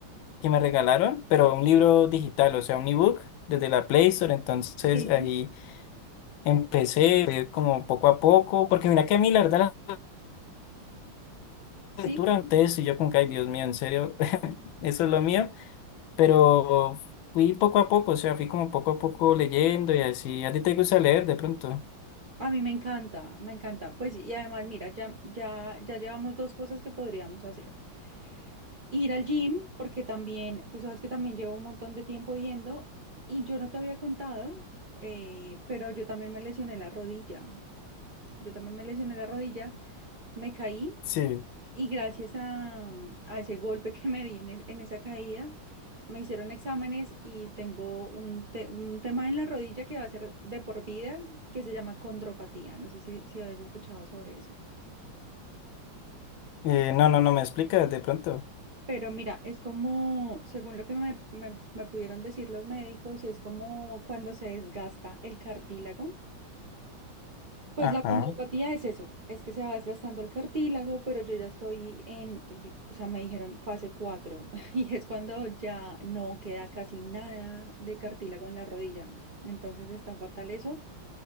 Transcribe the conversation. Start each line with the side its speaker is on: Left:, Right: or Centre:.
Left: que me regalaron, pero un libro digital, o sea, un ebook desde la Play Store, entonces
Right: Sí,
Left: ahí empecé fue como poco a poco, porque mira que a mí la verdad la
Right: sí.
Left: lectura, ustedes y yo como que, ay Dios mío, en serio, <laughs> eso es lo mío, pero fui poco a poco, o sea, fui como poco a poco leyendo y así, ¿a ti te gusta leer de pronto?
Right: A mí me encanta, me encanta. Pues y además, mira, ya, ya, ya llevamos dos cosas que podríamos hacer. ir al gym, porque también, tú sabes que también llevo un montón de tiempo yendo y yo no te había contado, eh, pero yo también me lesioné la rodilla. Yo también me lesioné la rodilla, me caí
Left: Sí,
Right: y gracias a, mm, a ese golpe <laughs> que me di en, es- en esa caída, me hicieron exámenes y tengo un, te- un tema en la rodilla que va a ser de por vida, que se llama condropatía. No sé si, si habéis escuchado sobre eso.
Left: Eh, no, no, no me explicas de pronto.
Right: Pero mira, es como, según lo que me, me- me pudieron decir los médicos, es como cuando se desgasta el cartílago. Pues
Left: Ajá.
Right: la condropatía es eso, es que se va desgastando el cartílago, pero yo ya estoy en, di- o sea, me dijeron fase 4 <laughs> y es cuando ya no queda casi nada de cartílago en la rodilla. Entonces está fatal eso,